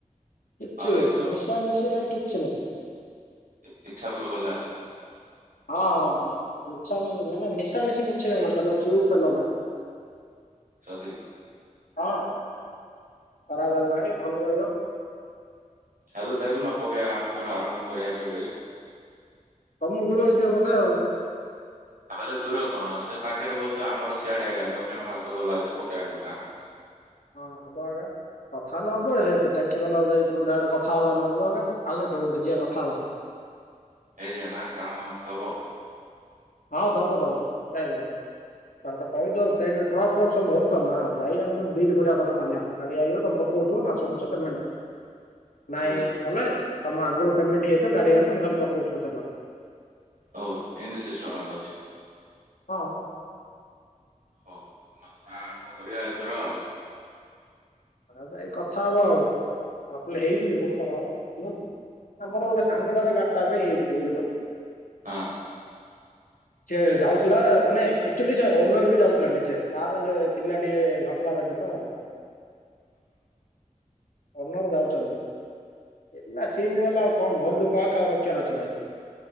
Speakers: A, on the left (about 85°); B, on the right (about 85°).
A: କିଛି
B: ଆଉ ଏ ଯୋଉ
A: ମିଶାମଶି ନାହିଁ କି କିଛି ନାଇଁ
B: ଇ ଇଚ୍ଛା ପୁର ଗଲା ଅସିକି
A: ହଁ ହଁ ହଁ ମିଛ ମି ମାନେ ମିଶାମିଶି କିଛି ନାହିଁ <unintelligible> ଭାଇ
B: ସତେ କି?
A: ହଁ। ଖରାପ ହେଲା ନାହିଁ ଭଲ ରହିବ।
B: ହେଲେ ଦେଖୁନ ପକେଇବା ଆ ଥର ଆରମ୍ଭ କରିବା ସେଠି।
A: ତ ତୁମକୁ ଦୂର ହେଇଯିବ ବୋଧେ ଆଉ।
B: ଆ ବଲେ ଦୂର କଣ ସେ ପାଖରେ ବୋଲେ ତ ଆମର ସିଆଡେ ଦକ୍ଷିଣ ଭାରତ ଗଲା ହଉଛି ପକେଇବା କଥା।
A: ହଁ ହବ ଆକା କଥା ନହବ ସେତ ଟାଙ୍କି ବାଲାକୁ ଯାଇ ତମେ ଡାଇକ୍ଟ କଥା ହବା ହେଲେ ହବ ଆ ଆସ କେବଠେ ଯିବା କଥା ହବା।
B: ହେଇ ଯିବା ନା କାମ ଦବ?
A: ହଁ ଦବ ଦବ ଯାଇଦବ ତା କହିଦ ଟ୍ରକ୍ ଫ୍ରକ୍ ସବୁରୁଚ ନା ଯାଇମ ଡିଲ୍ କରିବା କଥା ଖାଲି ଆମ ଗାଡି ଆଇ ତମେ ପକଥିବ ମାସ ମାସ ପେମେଣ୍ଟ ହବ। ନାଇଁ
B: ସରି
A: ବନେ ତମ ଆଗରୁ ପେମେଣ୍ଟ ହେଇଯାଇଥିବ ଗାଡି ହେଲା ତମେ କାଲି ପକଉ ଥିବ ତେଲ।
B: ଓ ଏମିତି ସିଷ୍ଟମ ହେଲେ ଅଛି।
A: ହଁ।
B: ହଉ ଭଲ ଆରମ୍ଭ କରିବା ଏଥର ଆଉ।
A: ଆଉ ଜାଇ କଥା ହବା ଆଉ <unintelligible> ହେଇଥିଲି ଗୋଟେ ଥର ମୁଁ ଆମର ଗୋଟେ ସାଙ୍ଗଟାର ଗାଡିଟା ପାଇଁ ହେଇଥିଲି ବୁଝିଲ।
B: ହଁ।
A: ସେ ଯାଉଥିଲା ମାନେ ଅକ୍ଚୁଲି ଓନର ବି ଯାଉଥିଲାନିଜେ ତାର ହେଲେ ପିଲା ଟିକେ ଘପଲା ବାଜି ତ ଅନର ଯାଉଛନ୍ତି ହେଲା ସି ଗଲାଉ କଣ ଘର ଲୁ କହ କଉ ରଖିବାର ଅଛି ଭାଇ।